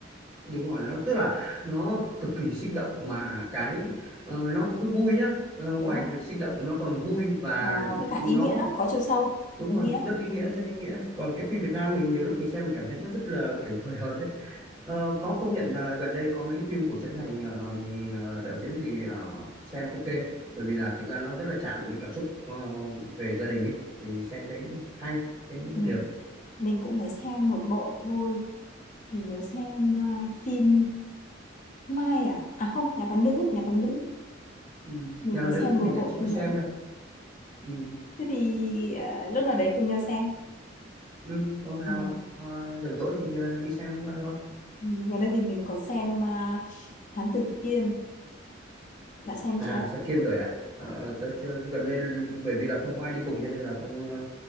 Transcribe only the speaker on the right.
đúng rồi nó tức là nó cực kỳ sinh động mà cái ờ, nó cũng vui nhá Ờ, ngoài
việc sinh động nó còn vui và
nó
đúng
rồi
rất ý nghĩa rất ý nghĩa còn cái phim Việt Nam mình nhiều lúc mình xem mình cảm thấy nó rất là kiểu hời hợt ấy Ờ, có công nhận rằng là gần đây có mấy cái phim của Trấn Thành ờ, ờ, đạo diễn thì ờ, xem ok bởi vì là thực ra nó rất là chạm đến cảm xúc ờ, về gia đình ấy thì xem thấy hay thấy
được
ừ.
Nhà
bà nữ
thì
mình
lại chưa
xem
đâu ừ.
Ừ, hôm nào
ờ, rảnh rỗi thì ờ, đi xem coi thôi.
À,
xem Kiên rồi à? Ờ, tớ chưa gần đây bởi vì là không có ai đi cùng cho nên là không